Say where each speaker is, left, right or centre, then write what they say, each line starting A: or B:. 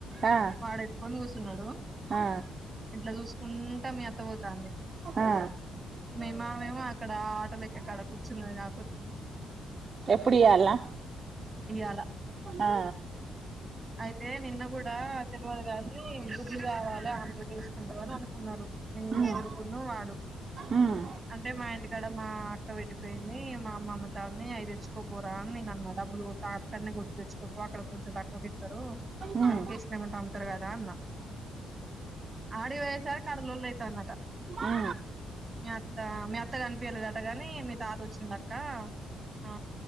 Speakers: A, on the right (about 45°); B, on the right (about 25°).
A: ఆ
B: వాడు ఎత్తుకొని కూసున్నాడు
A: ఆ
B: ఇంట్లో చూసుకుంటా మీ అత్త పోతాంది
A: ఆ
B: మీ మామేమో క్కడ ఆటలెక్కే కాడ కుర్చున్నది గా
A: ఎప్పుడు ఇయ్యాలనా
B: ఇయ్యాల
A: ఆ
B: అయితే నిన్న గూ డా తెల్వదు గానీ గు జులు కావాలి అందు తీసుకుంటావ అని అనుకున్నారు నేను
A: ఉమ్
B: కొడుకున్న వాడు
A: ఉమ్
B: అంటే మా ఇంటి ఆ అక్క విడిపోయింది మా మమతా ని అయి వచ్చు తక్కువ పోరా అని నేను అన్నా డబ్బులు కొట్ట అక్కడనే కొట్టి తెచ్చుకోప్పు అక్కడ కొంచం తక్కువ ఇత్తారు
A: ఉమ్
B: వాళ్ళకేసినమంట ఇత్తారు కదా అన్న ఆడి పోయెసరికి ఆడ లొల్లి అయితాంది అంట
A: ఉమ్ ఉమ్ ఉమ్ ఉమ్ ఉమ్
B: మీ అత్త అత్త కనిపియలేదు అంటగాని మీ తాత వచ్చిందక్క ఆ